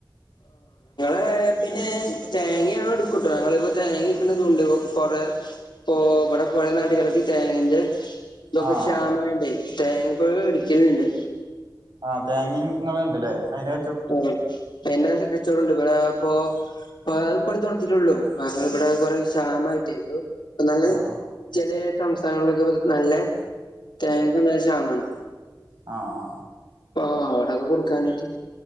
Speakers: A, on the left (about 75°); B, on the right (about 65°).
A: ഏ പിന്നെ തേങ്ങാങ്ങള് എടുക്കൂട്ടോ ഞങ്ങളിപ്പോ തേങ്ങ ടുക്കണ ഉണ്ട് ഇ കൊറെ ഇപ്പോ ഇവിടെ പഴയ നാട്ടികൾക്ക് തേങ്ങ ൻ്റെ ഇതൊക്കെ
B: ആഹ്
A: ക്ഷാമ ആയോണ്ടെ തേങ്ങപ്പോഴ ഇടുക്കലുണ്ട്
B: ആഹ് തേങ്ങയും ഇങ്ങളെഉണ്ടല്ലേ അയിനെ
A: ആ എന്റെ കച്ചവടുണ്ട് ഇവിടെ ഇപ്പൊ അപ്പ അത് പത്ത നടത്തിട്ടുള്ളൂ ഞങ്ങ ഇവിടെ കൊറെ ക്ഷാമമായിട്ടേല്ലോ നല്ല
B: ആഹ്
A: ചില സംസ്ഥാനങ്ങളിലൊക്കെ നല്ല തേ ങ്ങക്ക് നല്ല ക്ഷാമാണ്
B: ആ ആ
A: ആ അവിടൊക്കെ കൊടുക്കാനായിറ്റ്